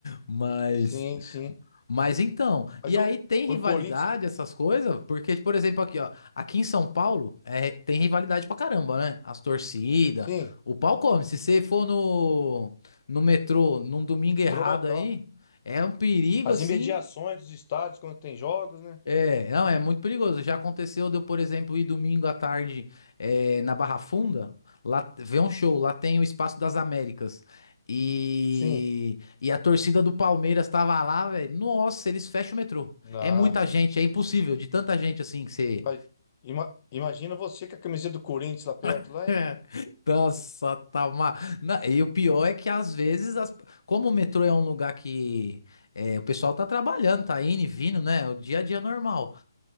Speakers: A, on the left; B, on the left.
A: Mas.
B: Sim, sim.
A: Mas então,
B: Mas
A: e
B: o,
A: aí tem
B: o
A: rivalidade,
B: Corinthians,
A: essas coisas? Porque, por exemplo, aqui, ó, aqui em São Paulo, é, tem rivalidade pra caramba, né? As torcidas,
B: sim,
A: o pau come. Se você for no, no metrô num domingo errado
B: trota,
A: aí,
B: ó.
A: é um perigo
B: As
A: assim
B: imediações dos estádios quando tem jogos, né?
A: é, não, é muito perigoso. Já aconteceu de eu, por exemplo, ir domingo à tarde eh, na Barra Funda, lá ver um show, lá tem o Espaço das Américas. E,
B: Sim.
A: e a torcida do Palmeiras tava lá, velho. Nossa, eles fecham o metrô.
B: Na.
A: É muita gente, é impossível, de tanta gente assim que você.
B: Mas ima- imagina você com a camiseta do Corinthians lá perto,
A: <laughs>
B: lá, hein?
A: Nossa, tá uma... Na- E o pior é que às vezes, as- como o metrô é um lugar que é, o pessoal tá trabalhando, tá indo e vindo, né? O dia a dia é normal.